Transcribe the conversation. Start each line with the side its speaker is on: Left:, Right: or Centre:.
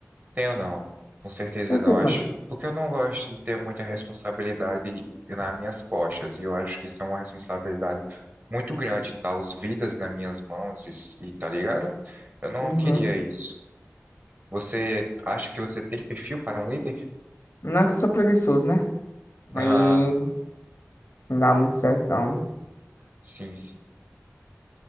Right: tem ou não? Com certeza
Left: Por
Right: não,
Left: quê,
Right: acho.
Left: mano?
Right: Porque eu não gosto de ter muita responsabilidade nas minhas costas, e eu acho que isso é uma responsabilidade muito grande, tá? Os vidas nas minhas mãos, e, e tá ligado? Eu não
Left: Uhum.
Right: queria isso. Você acha que você tem perfil para um líder?
Left: Não é que eu sou preguiçoso, né?
Right: <laughs>
Left: Aí não dá muito certo, não.
Right: Sim, sim.